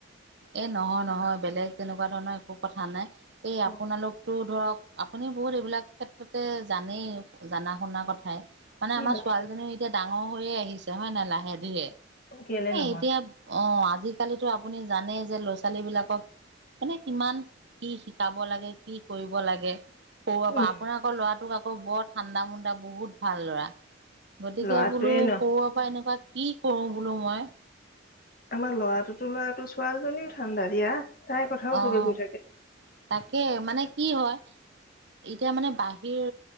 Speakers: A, on the right; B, on the left.
A: এই নহয় নহয় বেলেগ তেনেকুৱা ধৰণৰ একো কথা নাই এই আপোনালোকতো
B: অ
A: ধৰক আপুনি বহুত এইবিলাক ক্ষেত্ৰতে জানেই জানা শুনা কথাই মানে
B: কি
A: আমাৰ
B: বা
A: ছোৱালীজনীও এতিয়া ডাঙ হৈয়ে আহিছে হয় নাই লাহে ধিৰে এ
B: কেলে নহয়
A: এতিয়া অ আজিকালিতো আপুনি জানেই যে ল'ৰা- ছোৱালী বিলাকক মানে কিমান কি শিকাব লাগে, কি কৰিব লাগে সৰুঅ পৰা
B: উম
A: আপোনাৰ আকৌ ল'ৰাটোক আকৌ বৰ ঠাণ্ডা মুণ্ডা, বহুত ভাল ল'ৰা গতিকে
B: ল'ৰাটোৱে
A: বোলো
B: ন
A: সৰুঅ পৰা এনেকুৱা কি কৰোঁ বোলো মই
B: আমাৰ ল'ৰাটোতো ল'ৰাটো ছোৱালীজনীও ঠাণ্ডা দিয়া। তাইৰ কথাও
A: অঁ'
B: চবে কৈ থাকে
A: তাকে মানে কি হয়। এতিয়া মানে বাহিৰ